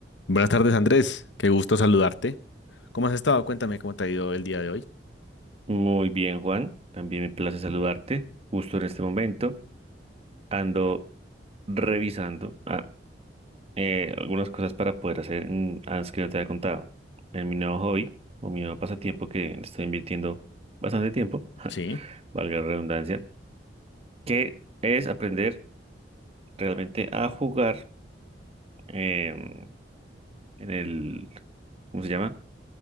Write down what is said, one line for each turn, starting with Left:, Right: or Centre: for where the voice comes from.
Left: Buenas tardes, Andrés. Qué gusto saludarte. ¿Cómo has estado? Cuéntame cómo te ha ido el día de hoy.
Right: Muy bien, Juan. También me place saludarte. Justo en este momento ando revisando ah, eh, algunas cosas para poder hacer en- antes que no te había contado. En mi nuevo hobby o mi nuevo pasatiempo que le estoy invirtiendo bastante tiempo, <laughs>
Left: Sí,
Right: valga la redundancia, que es aprender realmente a jugar em, en el, ¿cómo se llama?